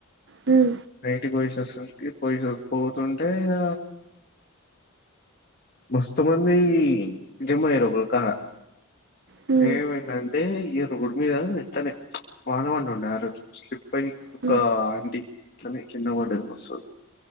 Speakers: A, on the right; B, on the left.
A: హ్మ్
B: నైట్ పోయేసోస్తుంటే పో పోతున్ టే ఇగ మస్తు మంది జమాఇర్రు ఒక కాడ
A: హ్మ్
B: ఏమైందంటే రోడ్డు మీద నిత్తనే వాన వాడుండే ఆ రోజు స్లిప్ై ఆ ఒక
A: హ్మ్
B: ఆంటీ అట్లనే కింద పడ్డది మస్తు